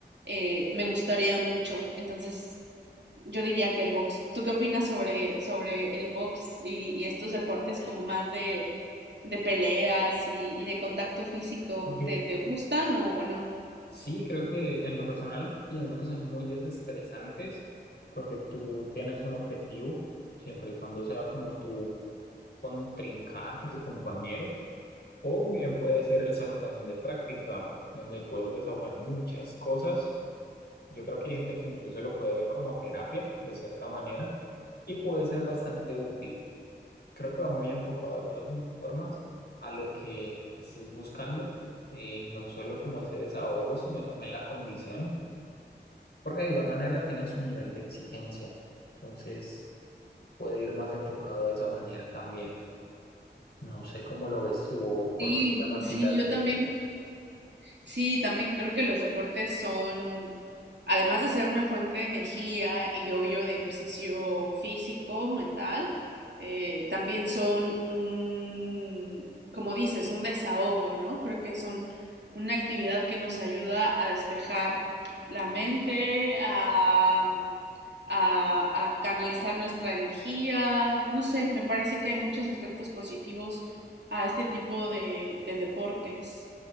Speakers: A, on the right; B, on the left.
A: eh, me gustaría mucho. Entonces, yo diría que el box. ¿Tú qué opinas sobre, sobre el box y, y estos deportes como más de, de peleas y, y, de contacto físico?
B: Yo
A: ¿Te, te gustan o, o no?
B: sí, creo que en lo personal pienso que son muy desestresantes porque tú tienes un objetivo, siempre y cuando sea como tú contrincante, tu compañero, o bien puede ser el saco también de práctica, donde puedes desahogar muchas cosas. Yo creo que hay gente que incluso lo puede ver como terapia, de cierta manera, y puede ser bastante útil. Creo que va muy enfocado de todas formas a lo que estés buscando, eh, no solo como ese desahogo, sino también la condición, porque de igual manera tienen su nivel de exigencia. Entonces puede ir más enfocado de esa manera también. No sé cómo lo ves tú o por
A: Sí,
B: qué te llama a
A: sí,
B: ti la atención.
A: yo también Sí, también creo que los deportes son, además de ser una fuente de energía y obvio de ejercicio físico, mental, eh, también son un, como dices, un desahogo, ¿no? Creo que son una actividad que nos ayuda a despejar la mente, a, a, a canalizar nuestra energía, no sé, me parece que hay muchos aspectos positivos a este tipo de, de deportes.